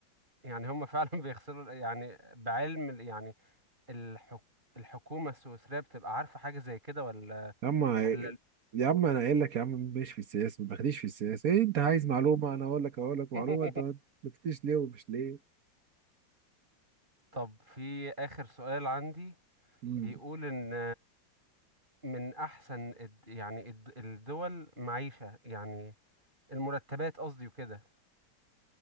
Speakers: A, on the right; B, on the right.
A: يعني هم فعلا <laughs> بيغسلوا ال- يعني بعلم ال- يعني الحك الحكومه السويسريه بتبقى عارفه حاجه زي كده ولا
B: يا عم
A: ولا ال-
B: يا عم انا قايل لك يا عم مش في السياسه ما تاخديش في السياسه إيه انت عايز معلومه انا اقول لك اقول لك
A: <laughs>
B: معلومه انت ما ما تقوليش ليه ومش ليه
A: طب في اخر سؤال عندي
B: امم
A: بيقول ان من احسن الد- يعني الد- الدول معيشه يعني المرتبات قصدي وكده